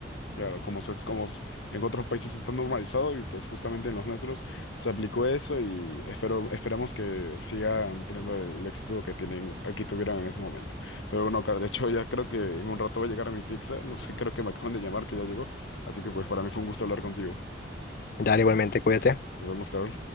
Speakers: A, on the left (about 80°); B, on the left (about 55°).
A: Claro, como, se- como s- en otros países está normalizado y pues justamente en los nuestros se aplicó eso y espero, esperamos que sigan teniendo el éxito que tienen, aquí tuvieron en ese momento. Pero bueno, claro, de hecho ya creo que en un rato va a llegar mi pizza, no sé, creo que me acaban de llamar que ya llegó, así que pues para mí fue un gusto hablar contigo.
B: Dale, igualmente, cuídate.
A: Nos vemos, Carol.